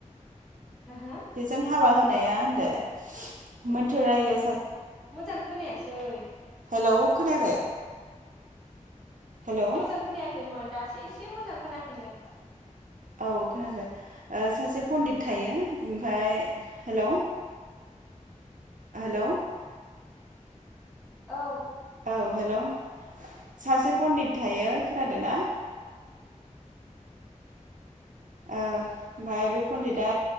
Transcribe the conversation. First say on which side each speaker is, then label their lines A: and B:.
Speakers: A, in the centre; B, on the right.
A: हा हा
B: नों हाबा होनाया होनदो मोनथोर रायो
A: मोजां खोनायासै
B: हेलौ खोनायाखै हेलौ
A: मोजां खोनायाखैमोन दासो एसे मोजां खोनाफिनदों
B: औ खोनादों ओ सासे पण्डित थायो ओमफाय हेलौ हेल
A: औ
B: औ हेलौ सासे पण्डित थायो खोनादों ना ओ ओमफ्राय बे पण्डिआ आ